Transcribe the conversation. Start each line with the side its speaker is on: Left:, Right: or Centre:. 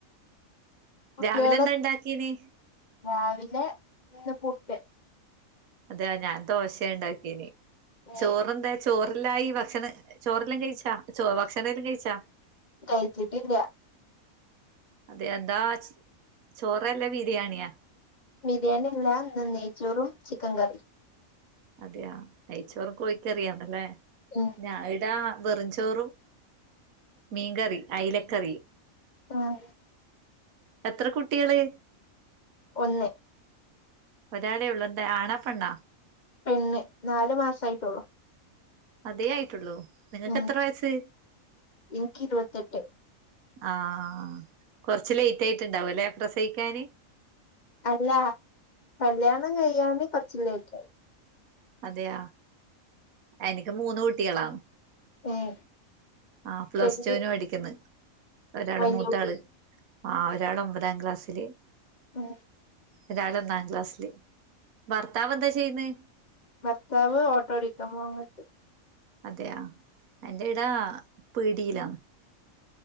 Left: കുട്ടികൾ
Right: രാവിലെ എന്താ ഇണ്ടാക്കീന്
Left: രാവിലെ ഇന്ന് പുട്ട്.
Right: അതെയഞാൻ ദോശണ്ടാക്കീന്
Left: ഏഹ്
Right: ചോറ്ന്താ ചോറെല്ലായി ഭക്ഷണം ചോറെല്ലാം കയിച്ച ഭക്ഷണെല്ലാം കയിച്ചാ?
Left: കയിച്ചിട്ടില്ല.
Right: അതെ എന്താ ചോറല്ലേ ബിരിയാണിയാ
Left: ബിരിയാണിയല്ല ഇന്ന് നെയ്ച്ചോറും ചിക്കൻ കറിയും.
Right: അതെയ നെയ്ച്ചോറും കോയിക്കറിയാന്നല്ലേ.
Left: ആഹ്.
Right: ഞാൻ ഈടാ വെറുംചോറും മീൻകറി അയ്ലക്കറി.
Left: ആഹ്.
Right: എത്ര കുട്ട്യാള്.
Left: ഒന്ന്.
Right: ഒരാളെ ഒള്ളു ന്താ ആണാ പെണ്ണാ?
Left: പെണ്ണ് നാല് മാസായിട്ടൊള്ളു.
Right: അതേ ആയിട്ടുള്ളൂ നിങ്ങക്ക്
Left: ഉം
Right: എത്ര വയസ്സ്?
Left: എനിക്ക് ഇരുപത്തെട്ട്
Right: ആഹ് കൊറച്ച് ലേറ്റ് ആയിട്ട്ണ്ടാവുംലെ പ്രസയിക്കാന്?
Left: അല്ല കല്യാണം കയ്യാന് കൊറച് ലേറ്റ് ആയി.
Right: അതെയാ എനിക്ക് മൂന്ന് കുട്ട്യാളാ.
Left: ഏഹ്.
Right: ആഹ് പ്ലസ്ടുന്
Left: വല്യ
Right: പഠിക്ക്‌ന്ന് ഒരാള്
Left: വല്യ
Right: മൂത്താള്.
Left: കുട്ടി
Right: ആഹ് ഒരാള് ഒമ്പതാം ക്ലാസ്സില്.
Left: ഉം
Right: ഒതരാള് ഒന്നാം ക്ലാസ്സില്. ഭർത്താവ് എന്താ ചെയ്യ്ന്ന്?
Left: ഭർത്താവ് ഓട്ടോ ഓടിക്കാം മ്പോവ.
Right: അതെയ എന്റെ ഈട പീഡിയേലാണ്.